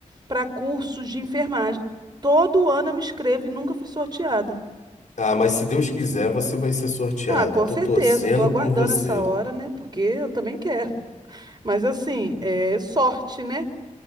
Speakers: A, on the right (about 30°); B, on the left (about 65°).
A: para cursos de enfermagem. Todo ano eu me inscrevo e nunca fui sorteada.
B: Ah, mas se Deus quiser, você vai ser sorteada.
A: Ah, com
B: Eu tô
A: certeza.
B: torcendo
A: Tô aguardando
B: por você.
A: essa hora, né? Porque eu também quero. Mas assim, é sorte, né?